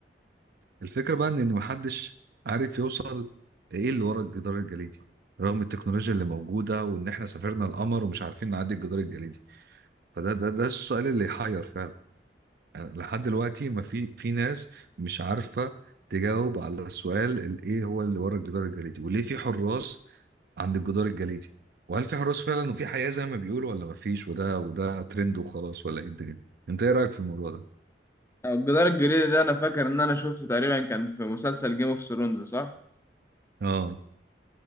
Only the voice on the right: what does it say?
الفكرة بقى إن إن محدش عارف يوصل إيه اللي ورا الجدار الجليدي رغم التكنولوجيا اللي موجودة وإن إحنا سافرنا القمر ومش عارفين نعدي الجدار الجليدي فده ده ده السؤال اللي يحير فعلا يعني لحد دلوقتي ما في في ناس مش عارفه تجاوب على السؤال ال- ايه هو اللي ورا الجدار الجليدي وليه في حراس عند الجدار الجليدي وهل في حراس فعلا وفي حياه زي ما بيقولوا ولا ما فيش وده وده ترند وخلاص ولا ايه الدنيا انت ايه رايك في الموضوع ده
اه